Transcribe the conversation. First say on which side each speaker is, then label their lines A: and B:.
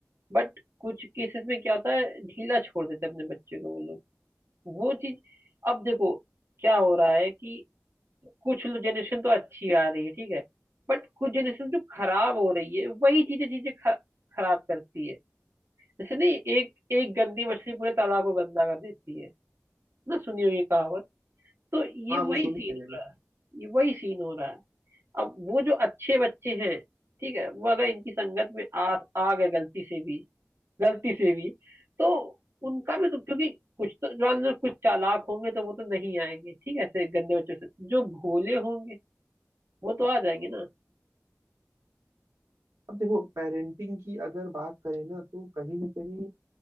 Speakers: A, on the right; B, on the right.
A: बट कुछ केसेस में क्या होता है ढीला छोड़ देते हैं अपने बच्चे को वो लोग वो चीज अब देखो क्या हो रहा है कि कुछ जनरेशन तो अच्छी आ रही है ठीक है बट कुछ जनरेशन जो खराब हो रही है वही चीजें चीजें ख- खराब करती है जैसे नहीं एक एक गंदी मछली पूरे तालाब को गंदा कर देती है ना सुनी होगी कहावत तो ये
B: हाँ
A: वही
B: वो सुनी
A: सीन
B: है मैंने
A: हो रहा है ये वही सीन हो रहा है अब वो जो अच्छे बच्चे हैं ठीक है वो अगर इनकी संगत में आ आ गए गलती से भी गलती से भी तो उनका भी तो क्योंकि कुछ तो जान लो कुछ चालाक होंगे तो वो तो नहीं आएंगे ठीक है ऐसे गंदे बच्चों से जो भोले होंगे वो तो आ जाएंगे ना
B: अब देखो पेरेंटिंग की अगर बात करें ना तो कहीं ना कहीं